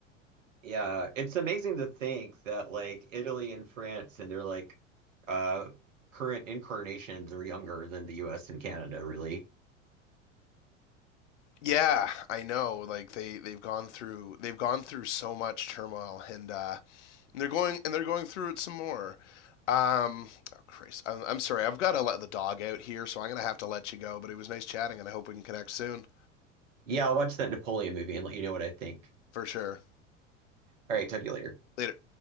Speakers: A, on the right; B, on the left.
A: Yeah, it's amazing to think that like Italy and France and their like uh current incarnations are younger than the US and Canada, really.
B: Yeah, I know. Like they they've gone through they've gone through so much turmoil, and uh, And they're going and they're going through it some more. Um, oh, Christ, I'm, I'm sorry. I've got to let the dog out here, so I'm gonna have to let you go. But it was nice chatting, and I hope we can connect soon
A: Yeah, I'll watch that Napoleon movie and let you know what I think.
B: for sure.
A: All right, talk to you later.
B: Later.